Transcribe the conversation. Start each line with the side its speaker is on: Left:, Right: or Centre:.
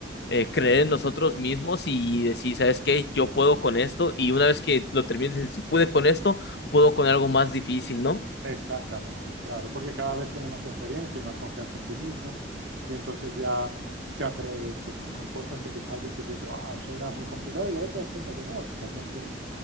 Left: eh, creer en nosotros mismos y decir, ¿sabes qué? Yo puedo con esto y una vez que lo termines, dices, si pude con esto, puedo con algo más difícil, ¿no?
Right: Exactamente, claro, porque cada vez tienes más experiencia y más confianza en ti mismo, y entonces ya te atreves con, con cosas que quizá al principio dices, ah, eso era muy complicado, y luego te das cuenta que no, que realmente